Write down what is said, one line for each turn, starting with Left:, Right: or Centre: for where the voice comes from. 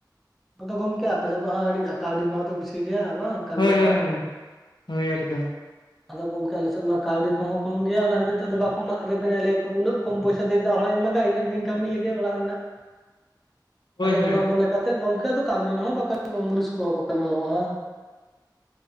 Centre: ᱟᱫᱚ ᱜᱚᱝᱠᱮ ᱟᱯᱮᱥᱮᱫ ᱫᱚ ᱦᱟᱜ ᱠᱟᱹᱣᱰᱤ ᱠᱚᱦᱚᱸ ᱛᱚ ᱵᱤᱫᱤ ᱜᱮᱭᱟ ᱵᱟᱝ ᱠᱟᱹᱢᱤ
Left: ᱦᱳᱭ ᱦᱳᱭ
Centre: ᱨᱮᱱᱟᱜ?
Left: ᱦᱳᱭ ᱦᱳᱭ ᱮᱠᱫᱚᱢ᱾
Centre: ᱟᱫᱚ ᱜᱚᱝᱠᱮ ᱟᱞᱮᱥᱮᱫ ᱢᱟ ᱠᱟᱹᱣᱰᱤ ᱠᱚᱦᱚᱸ ᱠᱚᱢ ᱜᱮᱭᱟ ᱚᱱᱟ ᱠᱷᱟᱹᱛᱤᱨ ᱛᱮ ᱟᱫᱚ ᱵᱟᱠᱚ ᱢᱟᱜ ᱨᱮᱵᱮᱱᱟ ᱞᱮᱭᱟᱠᱚ ᱩᱱᱟᱹᱜ ᱠᱚᱢ ᱯᱚᱭᱥᱟ ᱛᱮ ᱪᱮᱫᱟᱜ ᱦᱚᱲᱟᱜ ᱤᱧ ᱢᱟᱜᱟ ᱤᱧᱟᱹᱜ ᱜᱮᱧ ᱠᱟᱹᱢᱤ ᱞᱮᱜᱮ ᱚᱲᱟᱜ ᱨᱮᱱᱟᱜ᱾
Left: ᱦᱳᱭ
Centre: ᱟᱫᱚ
Left: ᱦᱳᱭ
Centre: ᱚᱱᱟ ᱢᱚᱱᱮ ᱠᱟᱛᱮᱫ ᱜᱚᱝᱠᱮ ᱟᱫᱚ ᱠᱟᱹᱢᱤ ᱦᱚᱸ ᱵᱟᱠᱚ ᱧᱟᱢᱚᱜᱼᱟ ᱢᱩᱱᱤᱥ ᱠᱚᱦᱚᱸ ᱵᱟᱠᱚ ᱧᱟᱢᱚᱜᱼᱟ᱾